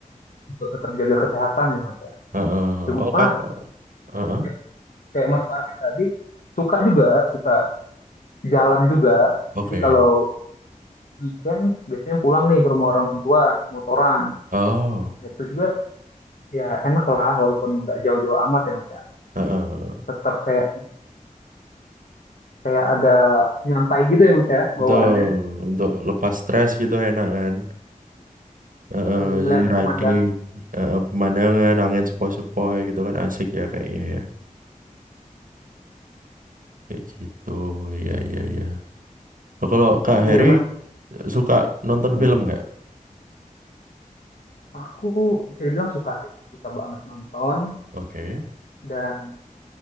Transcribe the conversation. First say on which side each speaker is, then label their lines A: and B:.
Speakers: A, on the left (about 75°); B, on the right (about 75°).
A: untuk tetap jaga kesehatan ya mas ya
B: heeh, heeh.
A: cuma
B: Oh, Kak, heeh,
A: kayak kayak Mas Farid tadi suka juga suka jalan juga
B: Oke.
A: jadi kalau weekend biasanya pulang nih ke rumah orang tua motoran
B: Oh.
A: Nah, itu juga ya enak lah walaupun nggak jauh-jauh amat ya mas ya
B: Heeh,
A: tetap kayak kayak ada nyantai gitu ya mas ya
B: betul.
A: bawaannya
B: Untuk lepas stres gitu enak kan. Heeh,
A: sambil ngeliat
B: jadi riding,
A: pemandangan
B: heeh, pemandangan, angin sepoi-sepoi gitu kan asik ya kayaknya ya. Kayak gitu, ya ya ya. Oh, kalau Kak
A: oh
B: Heri
A: iya mas
B: eh, suka nonton
A: Hah?
B: film nggak?
A: aku bisa dibilang suka sih suka banget nonton
B: Oke.
A: dan